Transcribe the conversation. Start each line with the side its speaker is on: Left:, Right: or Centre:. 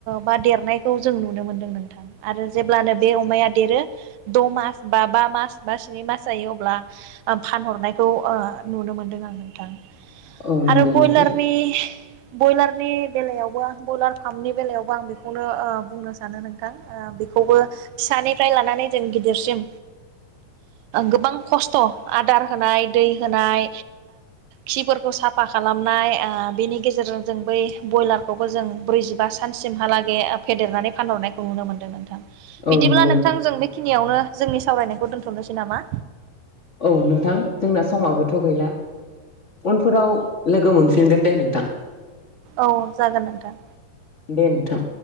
Right: बा देरनायखौ जों नुनो मोनदों नोंथां आरो जेब्लानो बे अमाया देरो द मास बा बा मास बा स्नि मास जायो अब्ला फानहरनायखौ ओ नुनो मोनदों आं नोंथां।
Left: औ नंगौ
Right: आरो बयलारनि
Left: नोंथां
Right: बयलारनि बेलायावबो ओ बयलार <unintelligible> बेलायावबो आं बेखौनो बुंनो सानो नोंथां बेखौबो फिसानिफ्राय लानानै जों गिदिरसिम गोबां खस्थ' आदार होनाय दै होनाय खिफोरखौ साफा खालामनाय ओ बेनि गेजेरजों जों बै बयलारखौबो जों ब्रैजिथाम बा सानसिमहालागै फेदेरनानै फानहरनायखौ नुनो मोन्दों नोंथां।
Left: औ
Right: बिदिब्ला
Left: नंगौ
Right: नोंथां जों बेखिनियावनो जोंनि सावरायनायखौ दोन्थ'नोसै नामा?
Left: औ नोंथां जोंना समाबोथ' गैला उनफोराव लोगो मोनफिनगोन दे नोंथां।
Right: औ जागोन नोंथां।
Left: दे नोंथां।